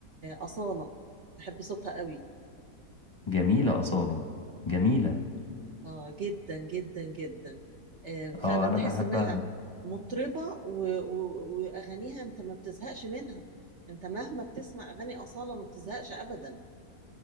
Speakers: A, on the right; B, on the left.
A: أصالة بحب صوتها قوي
B: جميلة أصالة جميلة
A: اه جدا جدا جدا آه، فعلا
B: أه
A: تحس
B: أنا بحبها
A: انها مطربة و- و- واغانيها انت ما بتزهقش منها انت مهما بتسمع اغاني أصالة ما بتزهقش ابدا